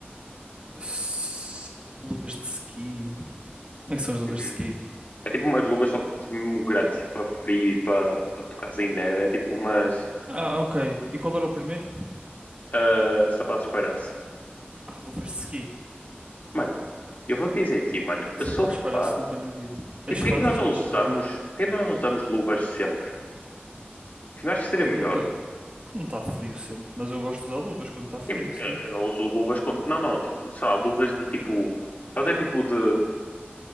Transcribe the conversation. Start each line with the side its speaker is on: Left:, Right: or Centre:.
Right: S- Luvas de ski. Como é que são as luvas
Left: Uhum.
Right: de ski?
Left: É tipo umas luvas só que tipo, mesmo grandes, tipo, para frio e para, para tocar em neve, é tipo umas
Right: Ah, ok. E qual era o primeiro?
Left: ah, sapatos de palhaço.
Right: Ah, luvas de ski.
Left: Mano, eu vou te dizer aqui, mano, eu
Right: Sapato
Left: sou fã
Right: de espalhaço nunca na vida.
Left: Tipo,
Right: És
Left: porquê
Right: fácil,
Left: que nós
Right: sapato
Left: não usamos,
Right: de espalhaço.
Left: porquê que nós não usamos luvas sempre? Tipo, não acho que seria
Right: Porque
Left: melhor.
Right: nunca. Porque não está frio sempre, mas eu gosto de usar luvas quando está frio,
Left: Tipo,
Right: sim.
Left: eu não uso luvas com. Não, não, tipo, sei lá, luvas de tipo. fazer tipo de,